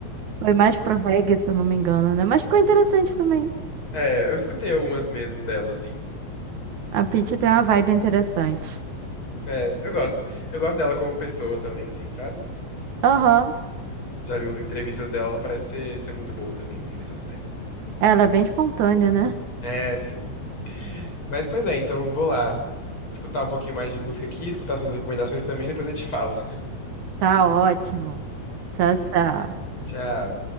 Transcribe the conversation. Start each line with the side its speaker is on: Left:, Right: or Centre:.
Right: Foi mais pro reggae, se eu não me engano, né? Mas ficou interessante também.
Left: é, eu escutei algumas mesmo dela, assim.
Right: A Pitty tem uma vibe interessante.
Left: É, eu gosto. Eu gosto dela como pessoa também, assim, sabe?
Right: Aham.
Left: Já vi umas entrevistas dela, ela parece ser, ser muito boa também, assim, nesse aspecto.
Right: Ela é bem espontânea, né?
Left: É, sim. Mas, pois é, então vou lá escutar um pouquinho mais de música aqui, escutar suas recomendações também, <laughs> depois eu te falo.
Right: Tá ótimo. Tchau, tchau.
Left: <laughs> Tchau.